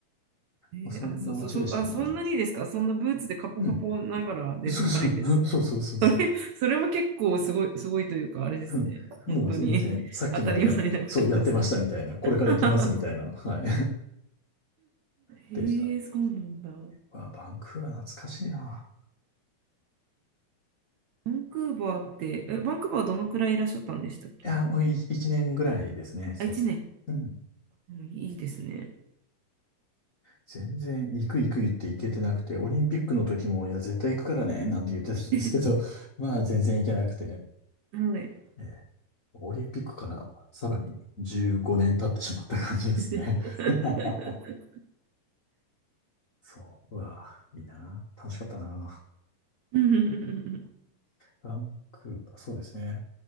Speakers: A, on the right; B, on the left.
A: えー、
B: まあ、そんな街でしたね。
A: あ、そ、そ、そ、あ、そんなにですかそんなブーツでカポカポながらです、
B: うん。そうそう、
A: 歩いてですか
B: <laughs> そうそうそうそう。
A: それも結構すごい、すごいというか、あれですね。
B: <laughs> うんもう全然、
A: 本当に <laughs>
B: さっきまでや、
A: 当たり前な感じですね。
B: そうやってましたみたいな、これから行きますみたいな、
A: <laughs>
B: はい。<laughs>
A: へえ、
B: でした。
A: そうなんだ。
B: うわ、バンクーバー懐かしいな。
A: バンクーバーって、え、バンクーバーはどのくらいいらっしゃったんでしたっけ
B: いや、もうい一年ぐらいですね、せいぜい。
A: あ、1年。
B: うん。
A: うんいいですね。
B: 全然、行く行く言って行けてなくて、オリンピックの時も、いや、絶対行くからね、なんて言ってたんですけど、
A: <laughs>
B: <laughs> まあ、全然行けなくて。
A: はい。
B: ええオリンピックからさらに15年経ってしまった感じですね。
A: <laughs>
B: <laughs> そう、うわ、いいな。楽しかったな。
A: うんうんうんうんうん
B: バンクーバー、<laughs> そうですね。